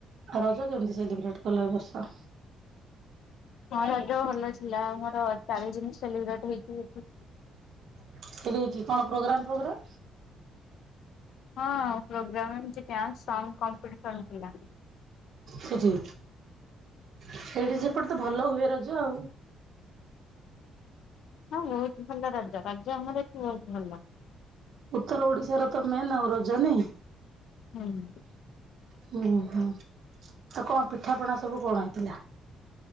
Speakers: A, on the right (about 70°); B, on the left (about 75°).
A: ରଜ କେମିତି ସେଲିବ୍ରେଟ କଲ ଏ ବର୍ଷ?
B: ହଁ ରଜ ଭଲ ଥିଲା ଆମର ଚାରି ଦିନ ସେଲିବ୍ରେଟ ହେଇକି ହେଇଚି।
A: <unintelligible> କଣ ପୋଗ୍ରାମ ଫୋଗ୍ରାମ?
B: ହଁ ପୋଗ୍ରାମରେ କିଛି ଡାନ୍ସ, ସଙ୍ଗ କମ୍ପିଡିସନ୍ ଥିଲା।
A: ସେଠି ସେଇଠି ସେପଟେ ତ ଭଲ ହୁଏ ରଜ ଆଉ।
B: ହଁ ବହୁତ ଭଲ ରଜ ରଜ ଆମର ଏଠି ବହୁତ ଭଲ।
A: ଉତ୍ତର ଓଡିଶାର ତ ମେନ ଆଉ ରଜ ନାଇ
B: ହୁଁ।
A: ହୁଁ ହୁଁ ଆ କଣ ପିଠାପଣା ସବୁ କଣ ହେଇଥିଲା?